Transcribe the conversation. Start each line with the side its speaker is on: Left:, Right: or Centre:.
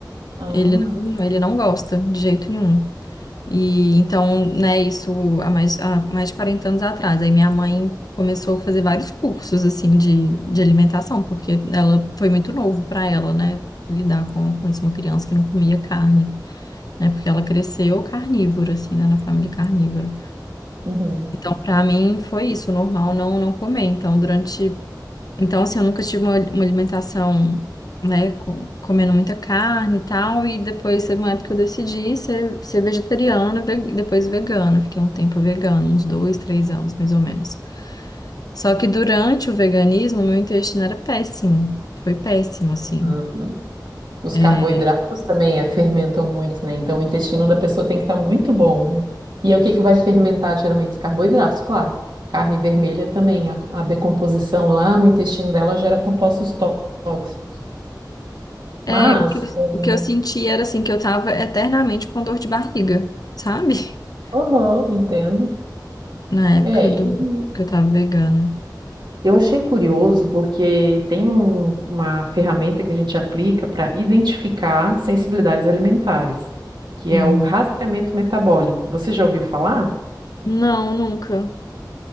Right: Ah,
Left: Ele não, ele não gosta de jeito nenhum. E então, né, isso há mais, há mais de 40 anos atrás. Aí minha mãe começou a fazer vários cursos assim de, de alimentação, porque ela foi muito novo para ela, né, lidar com, com isso, uma criança que não comia carne, né, porque ela cresceu carnívora assim, né, na família carnívora.
Right: uhum.
Left: Então, para mim, foi isso, normal não não comer. Então, durante. Então, assim, eu nunca tive uma, uma alimentação, né, com- comendo muita carne e tal. E depois teve uma época que eu decidi ser, ser vegetariana, ve- depois vegana. Fiquei um tempo vegana, uns dois, três anos, mais ou menos. Só que durante o veganismo, meu intestino era péssimo. Foi péssimo, assim.
Right: Ah, Os
Left: É,
Right: carboidratos também é, fermentam muito, né? Então o intestino da pessoa tem que estar muito bom, né? E é o que que vai fermentar geralmente? Os carboidratos, claro. Carne vermelha também, a, a decomposição lá no intestino dela gera compostos tó- tóxicos.
Left: é,
Right: Mas,
Left: o que, eu-
Right: hum,
Left: o que eu senti era assim que eu tava eternamente com dor de barriga, sabe? <laughs>
Right: aham, entendo.
Left: Na época
Right: É,
Left: do
Right: eu,
Left: que eu tava vegana.
Right: eu achei curioso porque tem um- uma ferramenta que a gente aplica para identificar sensibilidades alimentares, que
Left: Uhum.
Right: é o rastreamento metabólico. Você já ouviu falar?
Left: Não, nunca.